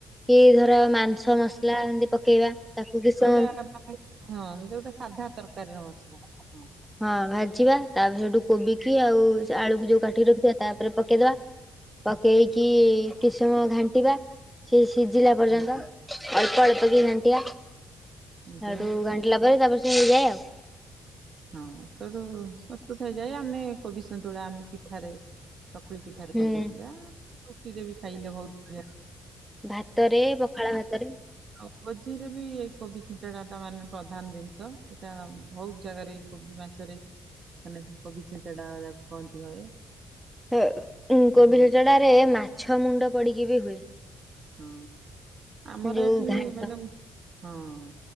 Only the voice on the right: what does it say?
କୋଉଟା ଆପଣ ହଁ ଯୋଉଟା ସାଧା ତରକାରୀର ମସଲା ହଁ।
ହୁଁ
ଏମିତି
ବା।
ହଁ ସଇଠୁ ପ୍ରସ୍ତୁତ ହେଇଯାଏ ଆମେ କୋବି ସନ୍ତୁଳା ଆମେ ପିଠାରେ ସକୁଳି ପିଠାରେ ଖାଇପାରିବା
ରୁଟିରେ ବି ଖାଇଲେ ବହୁତ ବଢି଼ଆ।
ଆଉ ଭୋଜି ରେ ବି ଏଇ କୋବି ଛିଞ୍ଚଡା ଟା ମାନେ ପ୍ରଧାନ ଜିନିଷ ସେଇଟା ଭୋଉତ ଜାଗାରେ କୋବି ମାଛରେ ମାନେ କୋବି ଛିଞ୍ଚଡା ଯାକୁ କହନ୍ତି ହଏ।
ଆଉ
ହଁ ଆମର
ଏଠି
ମାନେ ହଁ ହଁ।